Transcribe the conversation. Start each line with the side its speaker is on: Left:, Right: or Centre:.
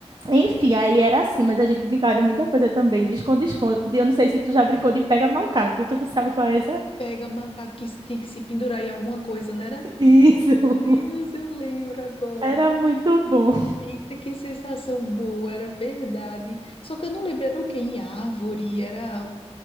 Right: enfim, aí era assim, mas a gente brincava de muita coisa também, de esconde-esconde. Eu não sei se tu já brincou de pega macaco, tu sabe qual é essa?
Left: Pega macaco que tinha que se pendurar em alguma coisa, não era?
Right: <laughs> Isso,
Left: Deus, eu lembro agora.
Right: era muito bom.
Left: Eita, que sensação boa, era verdade. Só que eu não lembro, era o quê? Em árvore, era,